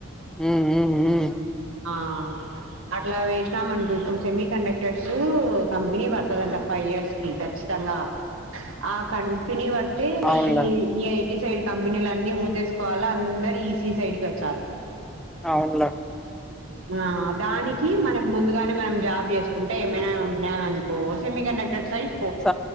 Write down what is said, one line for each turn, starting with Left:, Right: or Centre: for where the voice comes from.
Centre: హ్మ్ హు హ్మ్
Right: ఆ అట్లా వేసినాం అనుకో ఇప్పుడు సెమీ కండక్టర్స్ కంపెనీ పడుతదంట ఫైవ్ ఇయర్స్ కి ఖచ్చితంగా ఆ కంపెనీ ప తే
Centre: అవునులే
Right: ఈ ఈ ఐ సైడ్ కంపెనీలన్నీ మూతేసుకోవాల అందరు ఈస సైడ్ కి వచ్చారు
Centre: వునులా
Right: ఆ దానికి మనకు ముందుగానే మనం జాబ్ చేసుకుంటే ఏమైనా ఉంటున్నాం అనుకో సెమీ కండక్టెడ్ సైజ్
Centre: స